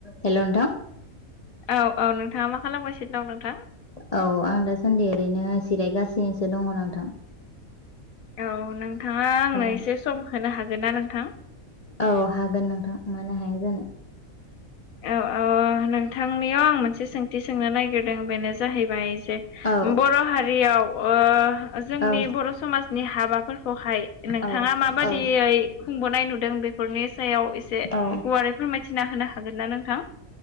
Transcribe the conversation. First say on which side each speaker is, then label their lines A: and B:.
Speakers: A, on the left; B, on the left.
A: हेल' नोंथां।
B: औ -औ नोंथाङा मा खालामगासिनो दं नोंथां?
A: औ आं दासान्दि ओरैनो सिरायगासिनोसो दङ नोंथां।
B: औ नोंथाङा आंनो
A: औ
B: एसे सम होनो हागोन ना नोंथां?
A: औ हागोन नोंथां मानो हाया जानो।
B: औ -औ नोंथांनियाव आं मोनसे सोंथि सोंनो नागिरदों बेनो जाहैबाय
A: औ
B: बर' हारियाव ओ जोंनि
A: औ
B: बर' समाजनि हाबाफोरखौहाय नोंथाङा
A: औ
B: माबायदियै
A: औ
B: खुंबोनाय नुदों बेफोर नि सायाव एसे
A: औ
B: गुवारै फोरमायथिना होनो हागोन ना नोंथां?